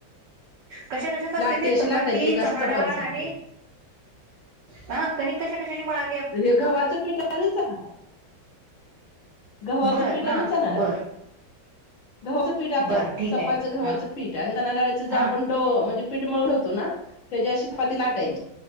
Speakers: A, on the right (about 65°); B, on the left (about 60°).
A: कशा कशाच असते
B: लाटी
A: ते
B: अशी
A: चपाती
B: लाटायची एक अशी
A: चणा
B: चपाती
A: डाळ
B: सारखी.
A: आणि हा कणीक कशा कशाची मळा
B: हे गव्हाचं पीठ आणि चणा गव्हाचं
A: बर
B: पीठ
A: हा
B: आणि चणा
A: बर
B: डाळ गव्हाचं पीठ आपल्या
A: बर ठीक
B: चपाचं
A: आहे
B: गव्हाचं
A: हा
B: पीठ आणि त्याना डाळेचं ज
A: हा
B: आपण ड म्हणजे पीठ मळुण ठेवतो ना त्याची अशी चपाती लाटायची